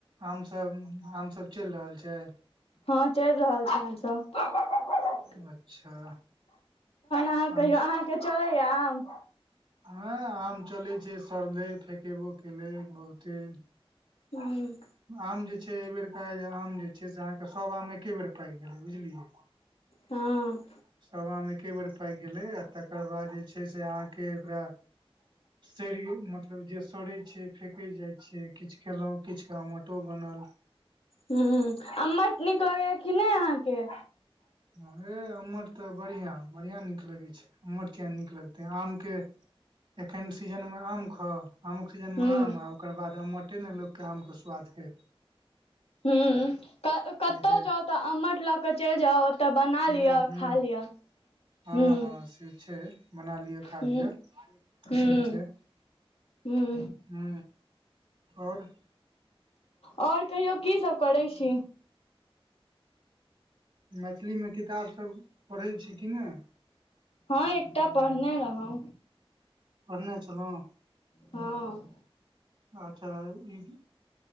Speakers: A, on the right; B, on the left.
A: आम सब आम सब चलि रहल छै
B: हँ चलि रहल छै आम सब
A: अच्छा
B: अहाँ कहियौ
A: आम
B: अहाँके चलैया आम
A: हँ आम चले छै सड़ले फकेबो केले बहुते
B: हँ
A: आम जे छै एहि बेरका जे आम जे छै से अहाँके सभ आम एके बेर पाकि गेलै बुझलियै
B: हँ
A: सभ आम एके बेर पाकि गेलै आ तकर बाद जे छै से अहाँके ओकरा सरिये मत मतलब जे सड़ै छै फेकैत जाइ छियै किछु खेलहुँं किछु क आमोटो बनल
B: हं आम्मट नीक लगैया कि नहि अहाँके
A: हँ हे अम्मट तऽ बढ़ियां बढ़ियां नीक लगैत छै अम्मट किया नै नीक लगते आम के एखन सीजन मे आम खाउ आम क्सीजनमे
B: हूँ
A: आम ओकर बाद आमटे ने लोकके आम के स्वादके
B: हूं कतहु
A: छै
B: जाउ तऽ अम्मठ लऽ के चलि जाउ ओतऽ बना
A: हूं
B: लिअ
A: हूं
B: खा लिअ
A: हँ
B: हूँ
A: हँ से छै बना लिअ खा
B: हूँ
A: लिअ
B: हूँ
A: से छै
B: हूँ
A: ह ओर
B: ओर कहियो कीसभ करै छी
A: मैथिलीमे किताब सब पढ़ैत छी कि नहि
B: हँ एकटा पढ़ने रहौ
A: पढ़ने छलहुँ
B: हँ
A: अच्छा ई